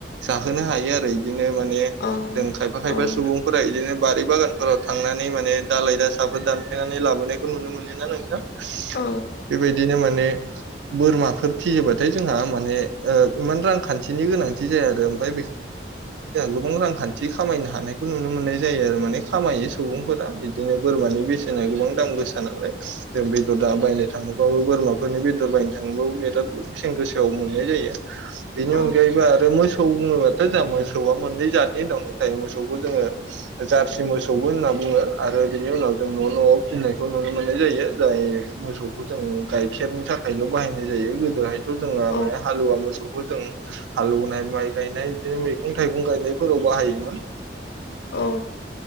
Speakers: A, on the right (about 80°); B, on the left (about 60°).
A: जाहोनो हायो आरो इदिनो माने
B: औ
A: जों खायफा खायफा
B: औ
A: सुबुंफोर इदिनो बारि बागानफोराव थांनानै माने दालाय दासाफोर दानफायनानै लाबोनायखौ नुनो मोनोना नोंथां।
B: औ
A: बेबायदिनो माने बोरमाफोर फियोबाथाय जोंहा माने इमान रांखान्थिनि गोनांथि जाया आरो ओमफ्राय <inaudible> गोबां रांखान्थि बिदि खामायनो हानायखौ नुनो मोननाय जायो आरो माने खामायो सुबुंफोरा बिदिनो बोरमानि बेसे ना गोबां दाम गोसा नालाय जों बेदर बायनो थाङोबाबो बोरमा फोरनि बेदर बायनो थाङोबाबो बिराद बेसेन गोसायाव मोननाय जायो। बेनि
B: औ
A: अनगायैबो आरो मोसौ बुङोबाथ' जोंहा मोसौआ मोननै जादनि दं जाय मोसौखौ जोङो जारसि मोसौबो होनना बुङो आरो बिनि उनाव जों न' न'आव फिनाय खौ नुनो मोननाय जायो। जाय मोसौखौ जों गाइखेरनि थाखायल' बाहायनाय जायो गोदोहायथ' जोङो
B: औ
A: माने हालुवा मोसौखौ जों हालौवनाय माइ गायनाय बिदिनो मैगं थाइगं गायनायफोराव बाहायोमोन।
B: औ